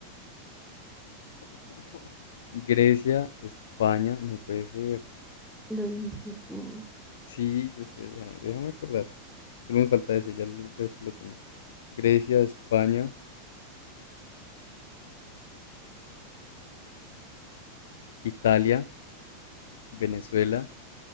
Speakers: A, on the left; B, in the centre.
A: <laughs> Grecia, España. No puede ser.
B: Lo dijiste tú.
A: Sí, yo sé, déjame, déjame acordar. Solo me falta ese, ya el resto lo tengo. Grecia, España, Italia, Venezuela,